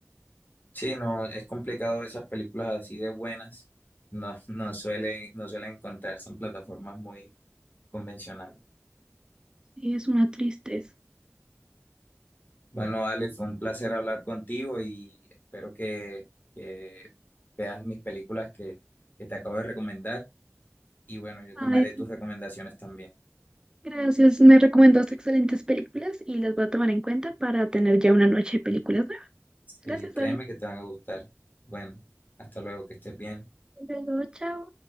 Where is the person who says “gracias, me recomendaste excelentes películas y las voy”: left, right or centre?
Right